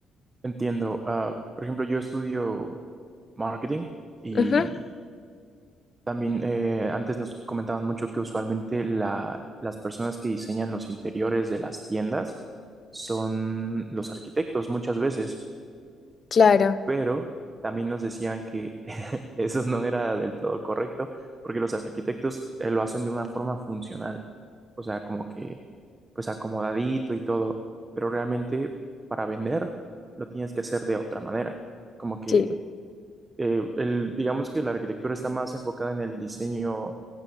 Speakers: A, on the right; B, on the left.
A: Entiendo. Ah, por ejemplo, yo estudio marketing y
B: Ujú,
A: también eh, antes nos comentaban mucho que usualmente la- las personas que diseñan los interiores de las tiendas son los arquitectos muchas veces,
B: claro,
A: pero también nos decían que Eso no era del todo correcto, porque los arquitectos eh, lo hacen de una forma funcional, o sea, como que pues acomodadito y todo, pero realmente para vender lo tienes que hacer de otra manera, como que
B: sí.
A: eh, el, digamos que la arquitectura está más enfocada en el diseño,